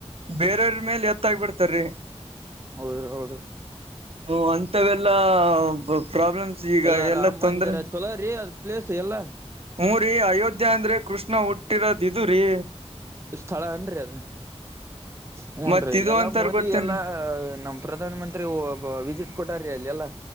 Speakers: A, on the right (about 60°); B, on the right (about 25°).
A: ಬೇರೆಯವ್ರ ಮೇಲೆ ಎತ್ತ ಆಾಗಿಬಿಡ್ತಾರೀ
B: ಹೌದ್ರಿ ಹೌದ್ರಿ
A: ಹ ಅಂತವೆಲ್ಲಾ ಪ್ರಾಬ್ಲಮ್ಸ್ ಈಗ
B: ಎಲ್ಲಾ
A: ಎಲ್ಲ
B: ರಾಮ
A: ತೊಂದರೆೆ
B: ಮಂದಿರ ಚಲೋ ರೀ ಅದ್ ಪ್ಲೇಸ್ ಎಲ್ಲಾ
A: ಹಊ ರರಿ ಅಯೋಧ್ಯಾ ಅಂದ್ರೆ ಕೃಷ್ಣ ಹುಟ್ಟಿರೋದಿದರರಿ
B: ಸ್ಥಳ ಏನ್ರಿ ಅದ ಹ್ಞನ್ರಿ
A: ಮತ್ ಇದು
B: ಎಲ್ಲ
A: ಅಂತಾರ
B: ಓದಿ
A: ಗೊತ್ತೇನ್ರಿ
B: ಎಲ್ಲಾ ನಮ ಪ್ರಧಾನ ಮಂತ್ರಿ ವಿಜಿಟ್ ಕೊಟಾರ ಅಲ್ಲಿ ಅಲ್ಲಾ